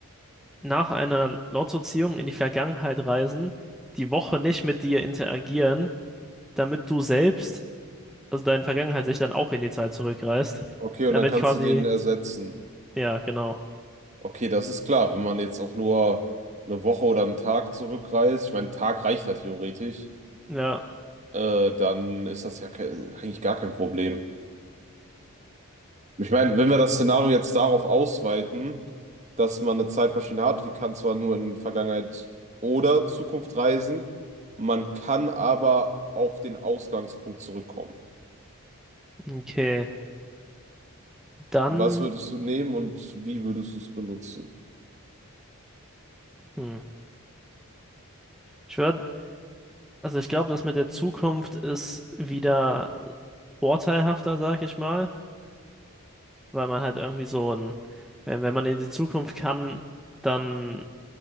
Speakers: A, in the centre; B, on the right.
A: nach einer Lottoziehung in die Vergangenheit reisen, die Woche nicht mit dir interagieren, damit du selbst, also deine Vergangenheit sich dann auch in die Zeit zurückreist,
B: Okay, und
A: damit
B: dann kannst
A: quasi,
B: du den ersetzen.
A: ja, genau.
B: Okay, das ist klar, wenn man jetzt auch nur eine Woche oder einen Tag zurückreist, ich meine, ein Tag reicht ja theoretisch,
A: Ja,
B: äh, dann ist das ja ke- eigentlich gar kein Problem. Ich meine, wenn wir das Szenario jetzt darauf ausweiten, dass man eine Zeitmaschine hat, die kann zwar nur in Vergangenheit oder Zukunft reisen, man kann aber auf den Ausgangspunkt zurückkommen.
A: okay. Dann,
B: Was würdest du nehmen und wie würdest du es benutzen?
A: hm, ich würde, also ich glaube, das mit der Zukunft ist wieder vorteilhafter, sag ich mal, weil man halt irgendwie so ein, wenn, wenn man in die Zukunft kann, dann